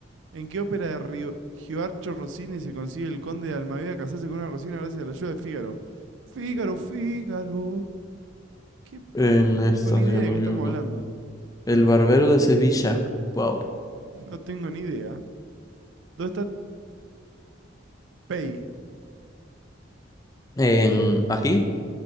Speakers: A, on the right; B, on the left.
A: ¿En qué ópera de Rio- Gioarcho Rossini se consigue el conde de Almaviva casarse con una Rosina gracias a la ayuda de Fígaro? Fígaro, Fígaro. ¿Qué
B: En esta,
A: tengo ni
B: si
A: idea
B: no me
A: de qué estamos
B: equivoco.
A: hablando?
B: El Barbero de Sevilla. Wow.
A: No tengo ni idea. ¿Dónde está Taipei?
B: En, aquí,